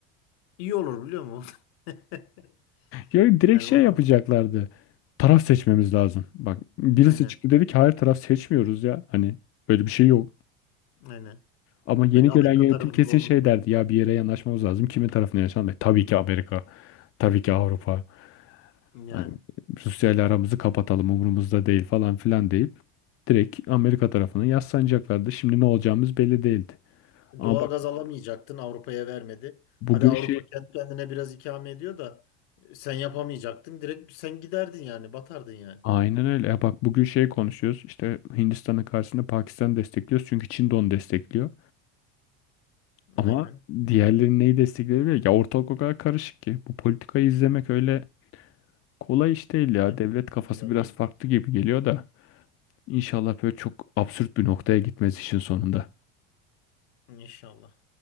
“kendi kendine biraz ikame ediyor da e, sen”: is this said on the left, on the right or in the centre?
Left